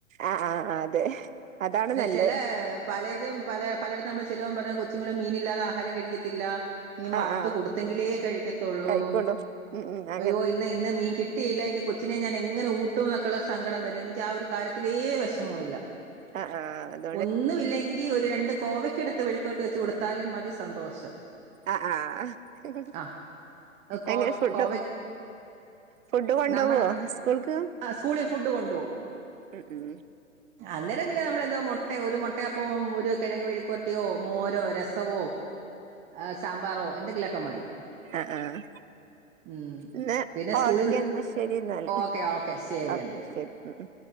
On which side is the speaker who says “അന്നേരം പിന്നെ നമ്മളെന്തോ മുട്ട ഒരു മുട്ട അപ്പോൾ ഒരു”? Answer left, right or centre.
Right